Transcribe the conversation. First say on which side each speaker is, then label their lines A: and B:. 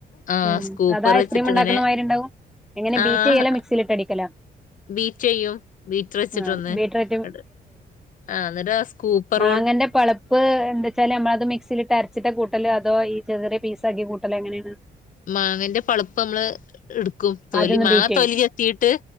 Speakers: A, on the left; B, in the centre.
A: ആ
B: ഉം
A: സ്കൂപ്പർ
B: സാധാ ഐസ്ക്രീം
A: വെച്ചിട്ട്
B: ഉണ്ടാക്കണ
A: ഇങ്ങനെ
B: മാതിരി ഉണ്ടാവും എങ്ങനെ
A: ആഹ്
B: ബീറ്റ് ചെയ്യല മിക്സിൽ ഇട്ട് അടിക്കല
A: ബീറ്റ് ചെയ്യും ബീറ്റർ വച്ചിട്ടന്ന്
B: ആ ബീറ്ററേറ്റ്
A: ന്നിട്ട് ആ എന്നിട്ട സ്കൂപ്പർ
B: ആ അങ്ങനെ പളപ്പ് എന്താ വെച്ചാൽ നമ്മളത് മിക്സിൽട്ട് അരച്ചിട്ട കൂട്ടല് അതോ ചെറിയ പീസക്കെ കൂട്ടൽ എങ്ങനെയാണ്
A: മാങ്ങന്റെ പളുപ്പ് നമ്മള് എടുക്കും തോലി
B: ആദ്യൊന്ന്
A: മാങ്ങ
B: ബീറ്റ് ചെയ്യും
A: തോലി എത്തിട്ട്